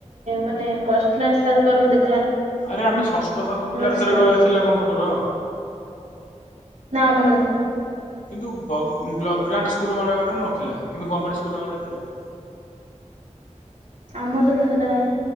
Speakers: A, on the right; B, on the left.
A: ମାନେ ପର୍ସନାଲ ସାର୍ କାହାକୁ ଦେଖ
B: ଆରେ ଆମେ ଷଷ୍ଠ ସପ୍ଟମ କ୍ଲାସ
A: ଥିବ
B: ରେ
A: ଯଦି।
B: ଥିଲା କମ୍ପ୍ୟୁଟର।
A: ନା ଆମର ନଥିଲା।
B: କିନ୍ତୁ ବ୍ ବ୍ଲଗ୍ରାଣ୍ଡ ସ୍କୁଲ ମ ଆରେ ନଥିଲା କିନ୍ତୁ ଗଣମେଣ୍ଟ ସ୍କୁଲରେ ଥିଲା।
A: ଆମର ତ ନଥିଲା କାଇଁ